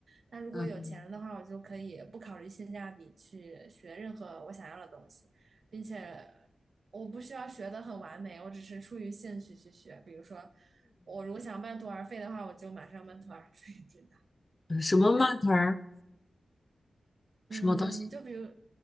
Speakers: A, on the right; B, on the left.
A: 但如果有钱了的话，
B: 嗯
A: 我就可以不考虑性价比去学任何我想要的东西，并且。我不需要学的很完美，我只是出于兴趣去学。比如说，我如果想半途而废的话，我就马上半途而废，真的。
B: 嗯，什么慢团儿，
A: 嗯，
B: 什么东西
A: 就比如，